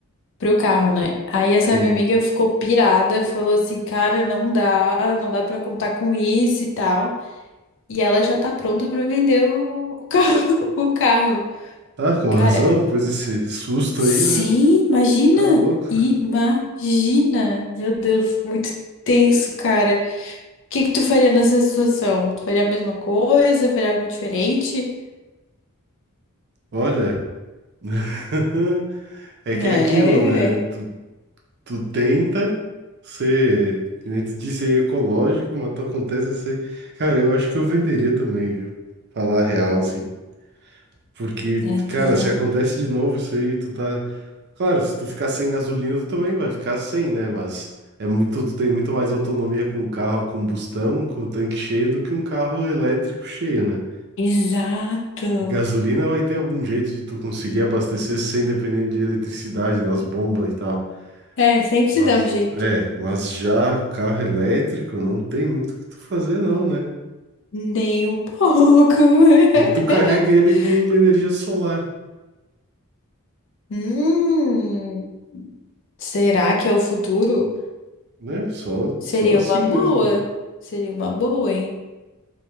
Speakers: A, on the left; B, on the right.
A: Pro carro, né? Aí essa
B: Sim.
A: minha amiga ficou pirada, falou assim, cara, não dá, não dá pra contar com isso e tal. E ela já tá pronta pra vender o o carro, <laughs> o carro.
B: Ah, com
A: Cara,
B: razão, depois desse susto
A: Sim,
B: aí, né?
A: imagina!
B: Tá louco.
A: Imagina! Meu Deus, muito tenso, cara. O que que tu faria nessa situação? Tu faria a mesma coisa? Faria algo diferente?
B: Olha, <laughs> é
A: Né?
B: que é aquilo, né?
A: É,
B: Tu tu tenta ser, que nem tu disse, aí, ecológico, mas tu acontece assim. Cara, eu acho que eu venderia também, viu? Falar a real, assim. Porque,
A: <laughs> é,
B: cara,
A: pois é.
B: se acontece de novo isso aí, tu tá. Claro, se tu ficar sem gasolina, tu também vai ficar sem, né? Mas é muito, tu tem muito mais autonomia com um carro a combustão, com o tanque cheio, do que um carro elétrico cheio, né?
A: Exato.
B: E gasolina vai ter algum jeito de tu conseguir abastecer sem depender de eletricidade nas bombas e tal.
A: É, sempre
B: Mas,
A: se dá um jeito.
B: é, mas já carro elétrico não tem muito o que tu fazer, não, né?
A: Nem um pouco.
B: Tem que tu
A: <laughs>
B: carregue ele com energia solar,
A: Hum, será que é o futuro?
B: né? Só,
A: Seria
B: só assim
A: uma boa.
B: mesmo.
A: Seria uma boa, hein?